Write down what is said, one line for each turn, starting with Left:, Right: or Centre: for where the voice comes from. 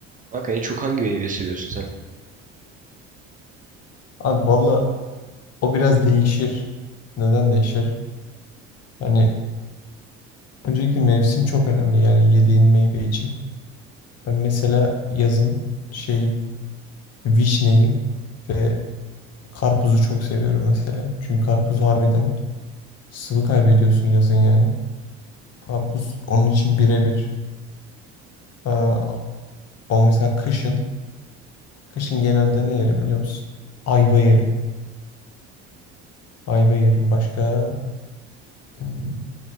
Right: Kanka en çok hangi meyveyi seviyorsun sen?
Left: Abi valla o biraz değişir. Neden değişir? Yani öncelikle mevsim çok önemli yani yediğin meyve için. Ben mesela yazın şeyi, vişneyi ve karpuzu çok seviyorum mesela. Çünkü karpuz harbiden sıvı kaybediyorsun yazın yani. Karpuz onun için birebir. Aa, O mesela kışın. Kışın genelde ne yerim biliyor musun? Ayva yerim. Ayva yerim. Başka hmm,